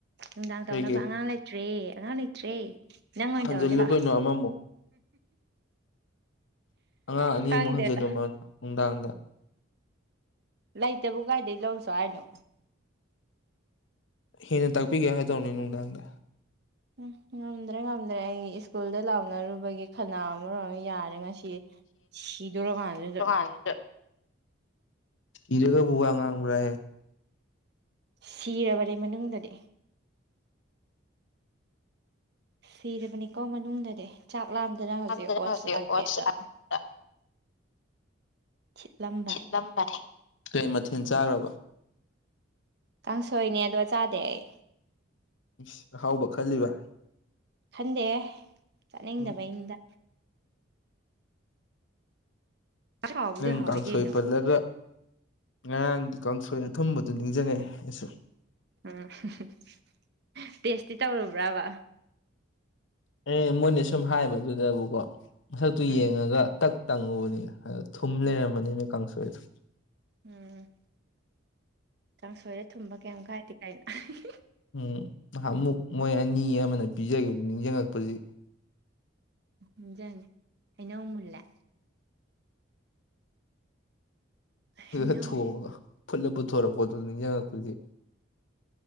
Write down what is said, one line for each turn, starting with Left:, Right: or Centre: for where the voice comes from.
Right: ꯅꯨꯡꯗꯥꯡ ꯇꯧꯅꯕ
Left: ꯀꯩꯒꯤ
Right: ꯑꯉꯥꯡ ꯂꯩꯇ꯭ꯔꯦ ꯑꯉꯥꯡ ꯂꯩꯇ꯭ꯔꯦ꯫ ꯅꯪ ꯑꯣꯏꯅ
Left: ꯍꯟꯖꯤꯜꯂꯨ
Right: ꯇꯧꯔꯒꯦ ꯂꯥꯛꯑꯣ
Left: ꯀꯩꯅꯣ ꯑꯃꯃꯨꯛ ꯑꯉꯥꯡ ꯑꯅꯤꯃꯨꯛ
Right: ꯈꯪꯗꯦꯗ
Left: ꯍꯟꯖꯤꯜꯂꯝꯃꯨ ꯅꯨꯡꯗꯥꯡꯗ
Right: ꯂꯩꯇꯕꯨ ꯀꯥꯏꯗꯩ ꯂꯧꯔꯨꯆꯣ ꯍꯥꯏꯅꯣ
Left: ꯍꯦꯟꯅ ꯇꯥꯛꯄꯤꯒꯦ ꯍꯥꯏꯗꯧꯅꯦ ꯅꯨꯡꯗꯥꯡꯗ
Right: ꯎꯝ ꯉꯝꯗ꯭ꯔꯦ ꯉꯝꯗ꯭ꯔꯦ ꯑꯩ ꯏꯁ꯭ꯀꯨꯜꯗ ꯂꯥꯎꯅꯔꯨꯕꯒꯤ ꯈꯅꯥꯎ ꯃꯔꯣꯟ ꯑꯃ ꯌꯥꯗ꯭ꯔꯤ ꯉꯁꯤ ꯁꯤꯗꯣꯔꯀꯥꯟꯖꯤꯗ
Left: ꯍꯥꯟꯗꯥ ꯁꯤꯔꯒꯕꯨ ꯋꯥ ꯉꯥꯡꯕ꯭ꯔꯥꯍꯦ
Right: ꯁꯤꯔꯕꯅꯦ ꯃꯅꯨꯡꯗꯗꯤ ꯁꯤꯔꯕꯅꯤꯀꯣ ꯃꯅꯨꯡꯗꯗꯤ ꯆꯥꯛ ꯂꯥꯝꯗꯅ ꯍꯧꯖꯤꯛ
Left: ꯗꯅ
Right: ꯑꯣꯁ ꯑꯥꯔꯒꯦꯗ
Left: ꯋꯥꯠꯁꯑꯞꯇ
Right: <inaudible> ꯁꯤꯠꯂꯝ
Left: ꯁꯤꯠꯂꯝꯕꯅꯦ ꯀꯩ ꯃꯊꯦꯟ ꯆꯥꯒ꯭ꯔꯕ
Right: ꯀꯥꯡꯁꯣꯏꯅꯦ ꯑꯗꯣ ꯆꯥꯗꯦ ꯑꯩ
Left: ꯏꯁ ꯑꯍꯥꯎꯕ ꯈꯜꯂꯤꯕ
Right: ꯈꯟꯗꯦꯍꯦ ꯆꯥꯅꯤꯡꯗꯕꯩꯅꯤꯗ
Left: ꯎꯝ
Right: ꯍꯥꯎꯕꯨꯗꯤ
Left: ꯅꯪ
Right: ꯍꯥꯎꯋꯤ
Left: ꯀꯥꯡꯁꯣꯏ
Right: ꯀꯩꯅꯣ
Left: ꯄꯜꯂꯒ ꯉꯔꯥꯡꯒꯤ ꯀꯥꯡꯁꯣꯏ ꯑꯊꯨꯝꯕꯗꯨꯣ ꯅꯤꯡꯖꯡꯉꯛꯑꯦ ꯑꯩꯁꯨ
Right: ꯎꯝ <unintelligible> ꯇꯦꯁꯇꯤ ꯇꯧꯔꯨꯕ꯭ꯔꯕ
Left: ꯑꯦ ꯃꯣꯏꯅ ꯁꯨꯝ ꯍꯥꯏꯕꯗꯨꯗꯕꯨꯀꯣ ꯃꯁꯛꯇꯨ
Right: ꯎꯝ
Left: ꯌꯦꯡꯉꯒ ꯇꯛ ꯇꯪꯉꯨꯕꯅꯤ <unintelligible> ꯊꯨꯝ ꯂꯩꯔꯝꯃꯅꯦꯃꯤ
Right: ꯎꯝ
Left: ꯀꯥꯡꯁꯣꯏꯗꯣ
Right: ꯎꯝ ꯀꯥꯡꯁꯣꯏꯔ ꯊꯨꯝꯕ ꯀꯩꯝ ꯀꯥꯏꯗꯦ ꯀꯩꯅꯣ <unintelligible>
Left: ꯎꯝ ꯅꯍꯥꯟꯃꯨꯛ ꯃꯣꯏ ꯑꯅꯤ ꯑꯃꯅ ꯄꯤꯖꯒꯤꯕ ꯅꯤꯡꯁꯤꯡꯉꯛꯄꯖꯤ
Right: ꯅꯤꯡꯖꯪ ꯍꯩꯅꯧ ꯃꯨꯜꯂꯦ ꯍꯩꯅꯧ
Left: ꯑꯗꯨꯗ ꯊꯣꯡꯉꯒ ꯐꯨꯠꯂ ꯄꯨꯊꯣꯔꯛꯄꯗꯣ ꯅꯤꯡꯖꯡꯉꯛꯄꯖꯤ